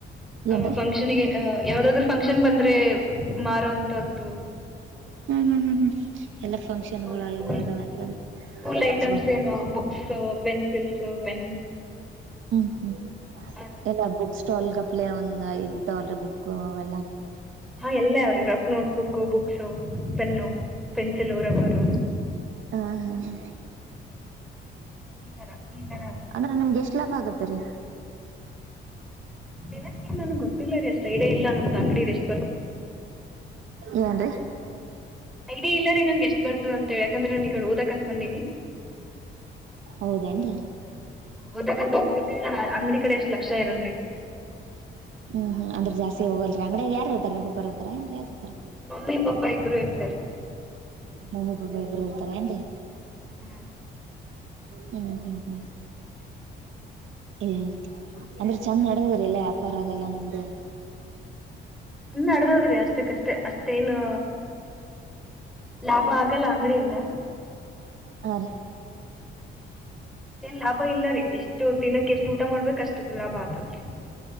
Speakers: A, in the centre; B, on the right.
A: ಅ
B: ಏನ್ರೀ
A: ಫಂಕ್ಷನಿಗೆ ಯಾವ್ದಾದ್ರು. ಫಂಕ್ಷನ್ ಬಂದ್ರೆ ಮಾರೂವಂತದ್ದು.
B: ಹ್ಮ್ ಹ್ಮ್ ಹ್ಮ್ ಹ್ಮ್ ಎಲ್ಲ. ಫಂಕ್ಷನ್
A: ಸ್ಕೂಲ್
B: ಇದಾವ ಏನ್ರಿ
A: ಸ್ಕೂಲ್
B: ಐಟಮ್ಗಳು.
A: ಐಟಮ್ಸ್ ಏನು ಬುಕ್ಸ್ ಪೆನ್ಸಿಲ್ಸ್ ಪೆನ್
B: ಹ್ಮ್ ಹ್ಮ್
A: ಆತರ
B: ಎಲ್ಲ ಬುಕ್ಸ್. ಸ್ಟಾಲ್ ಗಪ್ಲೆ ಒಂದ್ ಐದ್ ತಾವಲ್ರಿ ಬುಕ್ ಅವೆಲ್ಲ.
A: ಹಾ ಎಲ್ಲ ಅವ್ರಿ rough notebook books pen pencil rubber.
B: ಹಾ ಹಾ ಹಾ.
A: ಈ ತರ ಈ ತರ
B: ಅಂದ್ರೆ ನಿಮ್ಗೆ ಎಷ್ಟ ಲಾಭ ಆಗುತ್ತರಿ.
A: ದಿನಕ್ಕೆ ನನ್ಗ್ ಗೊತ್ತಿಲ್ಲ ರೀ ಅಷ್ಟ ಐಡಿಯಾ ಇಲ್ಲ ನಮ್ದು ಅಂಗಡಿ ಎಷ್ಟು.
B: ಏನ್ರಿ.
A: ಐಡಿಯಾ ಇಲ್ಲ ರಿ ನನ್ಗೆಷ್ಟು ಬರ್ತದ ಅಂತೇಳಿ ಯಾಕಂದ್ರೆ ನಾನು ಈಗಡೆ ಓದಕ್ ಅಂತ ಬಂದನಿ.
B: ಹೌದೆನ್ರಿ.
A: ಓದಕ್ ಅಂತ ಹೋಗ್ತಿನ್ರಿ ಅಂಗ್ಡಿ ಕಡೆ ಎಷ್ಟ. ಲಕ್ಷ ಇರಲ್ಲ.
B: ಹ್ಮ್ ಹ್ಮ್ ಅಂದ್ರೆ ಜಾಸ್ತಿ ಹೋಗಲ್ರಿ ಅಂಗ್ಡ ಯಾರು ಇರ್ತಾರೆ ನಿಮ್ಮ ಪಾಪ ಇರ್ತಾರ ಏನ್ರಿ ಯಾರ ಇರ್ತಾರ.
A: ಮಮ್ಮಿ ಪಪ್ಪ ಇಬ್ರು ಇರ್ತಾರೆ.
B: ಮಮ್ಮಿ ಪಾಪ ಇಬ್ರು ಇರ್ತಾರ ಏನ್ರಿ.
A: ಹ್ಮ
B: ಹ್ಮ್ ಹ್ಮ ಹ್ಮ್ ಏ ಅಂದ್ರೆ ಚೆಂದ ನಡೆದದ್ರೀ ಎಲ್ಲ ವ್ಯಾಪಾರ ಅದೆಲ್ಲಾ ನಿಮ್ದು.
A: ಇನ್ ನಡೆದದ್ರಿ ಅಷ್ಟಕ್ಕಷ್ಟೇ ಅಷ್ಟೇನು. ಲಾಭ ಆಗಲ್ಲ ಅಂಗಡಿಯಿಂದ.
B: ಹ ರೀ.
A: ಲಾಭ ಇಲ್ಲ ರೀ ಎಷ್ಟು ದಿನಕ್ಕೆ ಎಷ್ಟು ಊಟ ಮಾಡ್ಬೇಕ್ ಅಷ್ಟು ಲಾಭ ಆತದ್ರಿ.